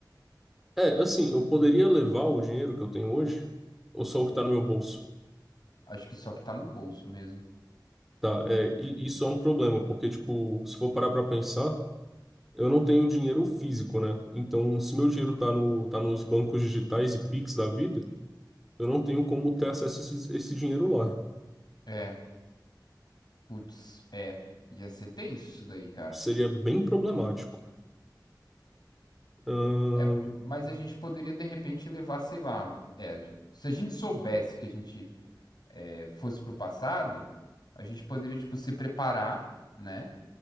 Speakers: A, in the centre; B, on the left.
A: É, assim, eu poderia levar o dinheiro que eu tenho hoje, ou só o que tá no meu bolso,
B: Acho que só que tá no bolso mesmo.
A: tá? É, e isso é um problema, porque, tipo, se for parar pra pensar, eu não tenho dinheiro físico, né? Então, se meu dinheiro tá no, tá nos bancos digitais e Pix da vida, eu não tenho como ter acesso a esse, esse dinheiro lá.
B: É. Putz, é, ia ser tenso isso daí, cara.
A: Seria bem problemático. Ahn,
B: É, mas a gente poderia de repente levar, sei lá, é, se a gente soubesse que a gente é, fosse pro passado, a gente poderia, tipo, se preparar, né?